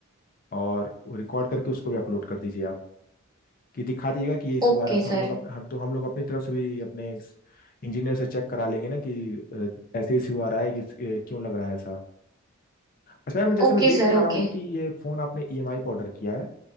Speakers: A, on the left; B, on the right.
A: और रिकॉर्ड करके उसको भी अपलोड कर दीजिए आप कि दिखा दीजिएगा कि ये इशू
B: Okay
A: आ रहा तो हम
B: sir
A: लोग अप, हम तो हम लोग अपनी तरफ से भी अपने इंजीनियर से चेक करा लेंगे ना कि अ, ऐसे इशू आ रहा है कि इस- ए, क्यों लग रहा है ऐसा अच्छा मैम जैसे
B: Okay
A: मैं देख
B: sir
A: पा
B: Okay
A: रहा हूँ कि ये फ़ोन आपने ईएमआई पर ऑर्डर किया है